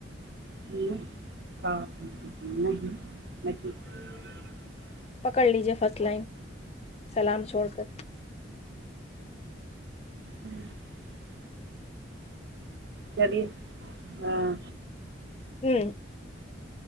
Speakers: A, on the right (about 60°); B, on the left (about 35°).
A: نہیں <inaudible>
B: پکڑ لیجیے فرسٹ لائن سلام چھوڑ کر
A: ہوں <inaudible> چلیے ہاں
B: ہوں